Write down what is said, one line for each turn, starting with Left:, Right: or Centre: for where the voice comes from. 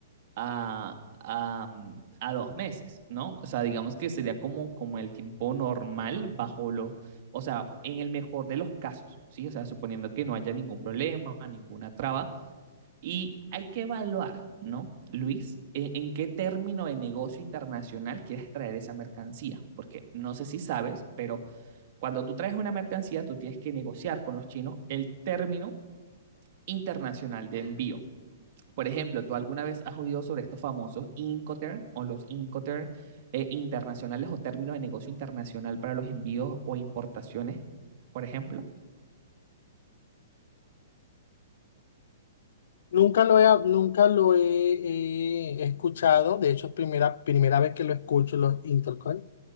Right: a, a, mm, a dos meses, ¿no? O sea, digamos que sería como, como el tiempo normal bajo los, o sea, en el mejor de los casos, ¿sí? O sea, suponiendo que no haya ningún problema, ninguna traba, y hay que evaluar, ¿no, Luis? En, en qué término de negocio internacional quieres traer esa mercancía, porque no sé si sabes, pero cuando tú traes una mercancía, tú tienes que negociar con los chinos el término internacional de envío. Por ejemplo, ¿tú alguna vez has oído sobre estos famosos Incoterm o los Incoterm eh, internacionales o términos de negocio internacional para los envíos o importaciones, por ejemplo?
Left: Nunca lo he, nunca lo he, eh, escuchado, de hecho es primera, primera vez que lo escucho, los Intercoin.